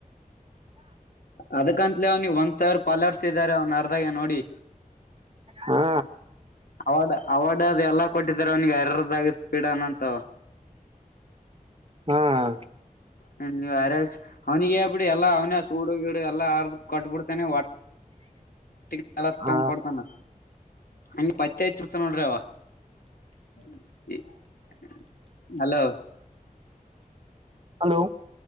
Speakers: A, on the left; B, on the right.
A: ಅದಕಂತಲ ಅವ್ನಿ ಒಂದ್ಸಾವ್ರ ಪಾಲರ್ಸಿದ್ದಾರೆ ಅವ್ನರ್ ಅತಾಗ ನೋಡಿ
B: ಹಾ
A: ಅವಾರ್ಡ್ ಅವಾರ್ಡ್ ಅದು ಎಲ್ಲ ಕೊಟ್ಟಿದರೆ ಅವನಿಗೆ ಅರದಾಗ ಸ್ಪೀಡನಂತವ
B: ಹಾಂ
A: <unintelligible> ಅವ್ನಿಗೆ ಹೇಳ್ಬಿಡಿ ಎಲ್ಲ ಅವನ ಸೂಡು ಗೀಡು ಎಲ್ಲ ಆರ್ದು ಕೊಟ್ಟಬಿಡ್ತಾನೆ ಓಟ್ಟಿಗೆ ಎಲ್ಲ
B: ಹಾ
A: ತಂದ್ ಕೊಡ್ತಾನೆ ಹ ಹಂಗಗೆ ಪತ್ತೆ ಹಚ್ಚಬಿಡ್ತಾನೆ ನೋಡ್ರಿ ಅವ <inaudible> ಹಲೋ
B: ಹಲೋ